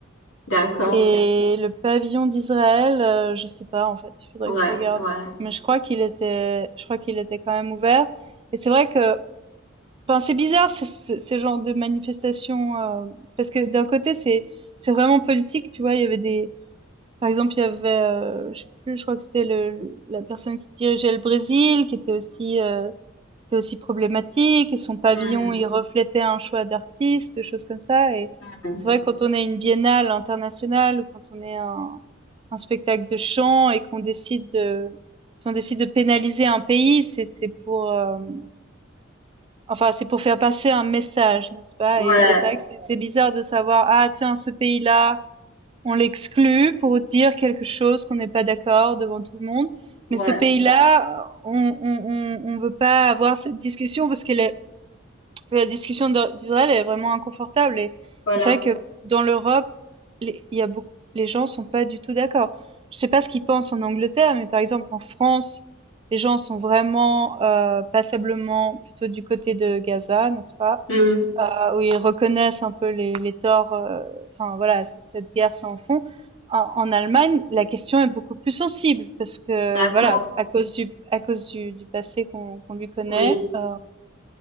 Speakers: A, on the left; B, on the right.
A: D'accord.
B: Et le pavillon d'Israël, euh, je sais pas en fait, il faudrait
A: Ouais,
B: que je regarde.
A: ouais.
B: Mais je crois qu'il était, je crois qu'il était quand même ouvert. Et c'est vrai que, enfin, c'est bizarre ce, ce, ce genre de manifestation euh, parce que d'un côté c'est c'est vraiment politique, tu vois, il y avait des par exemple, il y avait, heu, je sais plus, je crois que c'était le la personne qui dirigeait le Brésil, qui était aussi, heu, qui était aussi problématique et son pavillon,
A: Hmm.
B: il reflétait un choix d'artiste, des choses comme ça et
A: hmm.
B: c'est vrai quand on est une biennale internationale ou quand on est un un spectacle de chant et qu'on décide de si on décide de pénaliser un pays, c'est c'est pour, hem, enfin, c'est pour faire passer un message, n'est-ce pas?
A: Ouais,
B: Et et c'est vrai que c'est c'est bizarre de savoir: «Ah tiens, ce pays-là» on l'exclut pour dire quelque chose qu'on n'est pas d'accord devant tout le monde.
A: ouais,
B: Mais ce pays-là, on on, on, on veut pas avoir cette discussion parce que la discussion d'I- d'Israël est vraiment inconfortable. Et,
A: voilà.
B: et c'est vrai que dans l'Europe, les- il y a beaucoup, les gens sont pas du tout d'accord. Je sais pas ce qu'ils pensent en Angleterre, mais par exemple en France, les gens sont vraiment euh, passablement plutôt du côté de Gaza, n'est-ce pas?
A: Hmm.
B: où ils reconnaissent un peu les, les torts, euh, enfin voilà, c- cette guerre sans fond. En, en Allemagne, la question est beaucoup plus sensible parce que
A: D'accord,
B: voilà, à cause du à cause du, du passé qu'on qu'on lui connaît.
A: oui.
B: euh.